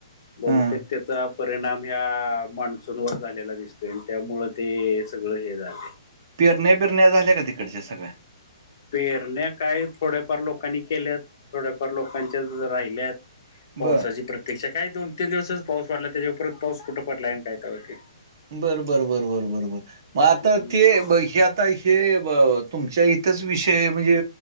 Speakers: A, on the right; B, on the left.
A: हा
B: बहतेक त्याचा परिणाम ह्या मान्सूनवर झालेला दिसतोय आणि त्यामुळं ते सगळं हे झालं आहे.
A: पिरणे बिरण्या झाल्या का तिकडच्या सगळ्या
B: पेरण्या काय थोड्याफार लोकांनी केल्यात थोड्याफार लोकांच्या राहिल्यात. पावसाची
A: बर
B: प्रत्यक्ष काय दोन तीन दिवसच पाऊस वाढला त्याच्यावररच पाऊस कुठं पडलाय काय का होती.
A: बर बर बर बर बरो बर मग आता
B: हम्म
A: ते ब्यात आता हे तुमच्या इथंच विषय म्हणजे